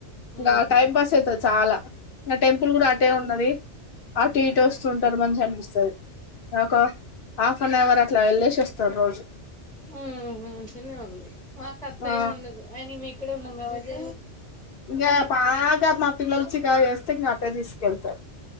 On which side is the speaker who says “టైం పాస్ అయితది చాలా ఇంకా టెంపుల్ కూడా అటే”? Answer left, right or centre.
Left